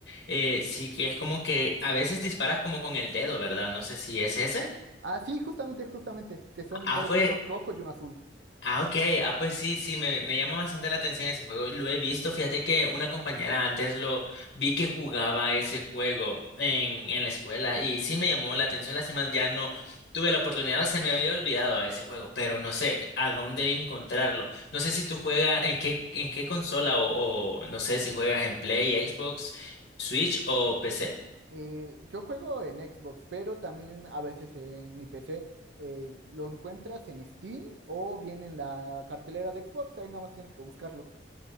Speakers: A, on the left (about 65°); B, on the right (about 75°).
A: Eh, sí que es como que a veces disparas como con el dedo, ¿verdad? No sé si es ese.
B: Ah, sí, justamente, justamente, que son
A: Ah,
B: dos,
A: fue,
B: uno rojo y uno azul.
A: Ah, ok. Ah, pues sí, sí, me, me llama bastante la atención ese juego. Lo he visto. Fíjate que una compañera antes lo vi que jugaba ese juego en, en la escuela y sí me llamó la atención. Lástima, ya no tuve la oportunidad, se me había olvidado a ese juego, pero no sé a dónde encontrarlo. No sé si tú juegas en qué, en qué consola o, o no sé si juegas en Play, Xbox, Switch o PC.
B: Eh, yo juego en Xbox, pero también a veces en mi PC. eh, lo encuentras en Steam o bien en la cartelera de Xbox, ahí nada más tienes que buscarlo.